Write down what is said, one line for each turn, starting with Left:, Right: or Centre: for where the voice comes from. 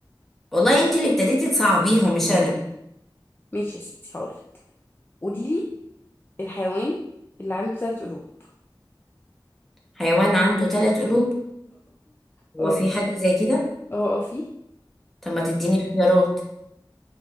Centre: والله انت اللي ابتديتي تصعبيها مش انا
Left: ماشي يا ستي هقولك قولي لي الحيوان اللي عنده ثلاث قلوب <laughs>
Centre: حيوان عنده ثلاث قلوب هو
Left: اه
Centre: في حاجه زي كده
Left: اه اه في
Centre: طب ما تديني اختيارات